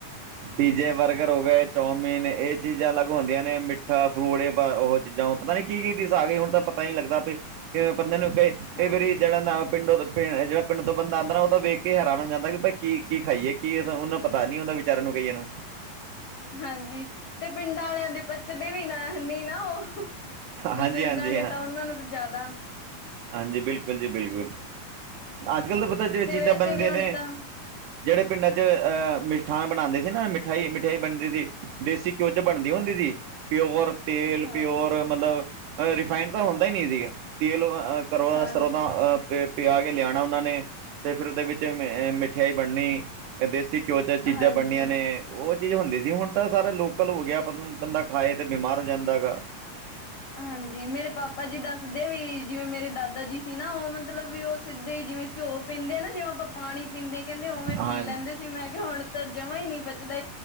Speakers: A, on the right; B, on the left.
A: ਪੀਜ਼ੇ ਬਰਗਰ ਹੋ ਗਏ ਚੌਮਿਨ ਇਹ ਚੀਜ਼ਾਂ ਅਲੱਗ ਹੁੰਦੀਆਂ ਨੇ ਮਿੱਠਾ ਫਰੂਟ ਇਹ ਉਹ ਚੀਜ਼ਾਂ ਹ ਪਤਾ ਨੀ ਕੀ ਕੀ ਚੀਜ਼ ਆ ਗਈ ਹੁਣ ਤਾਂ ਪਤਾਂ ਹੀ ਲੱਗਦਾ ਵੀ ਕਿ ਬੰਦੇ ਨੂੰ ਕ
B: ਹਾਂਜੀ।
A: ਕਈ ਵਾਰੀ <unintelligible> ਦਾ ਆਪ ਪਿੰਡੋ ਜਿਹੜਾ ਪਿੰਡ ਤੋਂ ਬੰਦਾ ਆਉਂਦਾ ਉਹ ਤਾਂ ਵੇਖ ਕੇ ਹੈਰਾਨ ਹੋ ਜਾਂਦਾ ਕਿ ਭਾਈ ਕੀ ਕੀ ਖਾਈਏ ਕੀ ਅ ਉਹਨੂੰ ਪਤਾ ਨੀ ਹੁੰਦਾ ਵਿਚਾਰਿਆਂ ਨੂੰ ਕਈਆਂ ਨੂੰ
B: ਹਾਂਜੀ ਤੇ ਪਿੰਡਾਂ ਵਾਲਿਆਂ ਦੇ ਪੱਚਦੇ ਵੀ ਨਾ ਨ ਨਾ ਉਹ ਬਜ਼ੁਰਗਾਂ
A: ਹਾਂਜੀ ਹਾਂਜੀ
B: ਦੇ
A: ਹਾਂ
B: ਤਾਂ ਉਹਨਾਂ ਨੂੰ ਜ਼ਿਆਦਾ।
A: ਹਾਂਜੀ ਬਿਲਕੁਲ ਜੀ ਬਿਲਕੁਲ। ਅੱਜ
B: ਹਾਂਜੀ
A: ਕੱਲ੍ਹ ਤਾਂ ਪਤਾ ਜਿਹੜੇ
B: ਤੇ ਵੈਸੇ
A: ਚੀਜ਼ਾਂ ਬਣਦੇ
B: ਵੀ ਹੁਣ
A: ਨੇ
B: ਤਾਂ
A: ਜਿਹੜੇ ਪਿੰਡਾਂ ਚ ਮਿਸ਼ਠਾਨ ਬਣਾਉਂਦੇ ਸੀ ਨਾ ਮਿਠਾਈ, ਮਿਠਾਈ ਬਣਦੀ ਸੀ। ਦੇਸੀ ਘਿਓ ਚ ਬਣਦੀ
B: ਹਾਂਜੀ
A: ਹੁੰਦੀ ਸੀ ਪਿਓਰ ਤੇਲ
B: ਹਾਂਜੀ
A: ਪਿਓਰ ਮਤਲਬ ਰਿਫਾਇੰਡ ਤਾਂ ਹੁੰਦਾ ਹੀ ਨਹੀਂ ਸੀਗਾ ਤੇਲ ਘਰੋ
B: ਹਾਂਜੀ
A: ਦਾ ਸਰੋਂ ਦਾ ਪਿਆ ਕੇ ਲਿਆਣਾ। ਉਹਨਾਂ ਨੇ ਤੇ ਫਿਰ ਉਹਦੇ ਵਿੱਚ ਮਿਠਿਆਈ ਬਣਨੀ। ਇਹ ਦੇਸੀ ਘਿਓ 'ਚ ਚੀਜ਼ਾਂ
B: ਹਾਂਜੀ
A: ਬਣਨੀਆਂ ਨੇ। ਉਹ ਚੀਜ਼ ਹੁੰਦੀ ਸੀ ਹੁਣ ਤਾਂ ਸਾਰੇ ਲੋਕਲ ਹੋ ਗਿਆ ਬੰਦਾ ਖਾਏ ਤਾਂ ਬਿਮਾਰ ਹੋ ਜਾਂਦਾ ਗਾ।
B: ਹਾਂਜੀ ਮੇਰੇ ਪਾਪਾ ਜੀ ਦੱਸਦੇ ਵੀ ਜਿਵੇਂ ਮੇਰੇ ਦਾਦਾ ਜੀ ਸੀ ਨਾ ਉਹ ਮਤਲਬ ਵੀ ਉਹ ਸਿੱਧੇ ਜਿਵੇਂ! ਘਿਓ ਪੀਂਦੇ ਆ ਨਾ ਜਿਵੇਂ ਆਪਾਂ ਪਾਣੀ ਪੀਂਦੇ ਕਹਿੰਦੇ ਉਵੇਂ
A: ਹਾਂਜੀ
B: ਪੀ ਲੈਂਦੇ ਸੀ ਮੈਂ ਕਿਹਾ ਹੁਣ ਤਾਂ ਜਮ੍ਹਾਂ ਹੀ ਨਹੀਂ ਪਚਦਾ।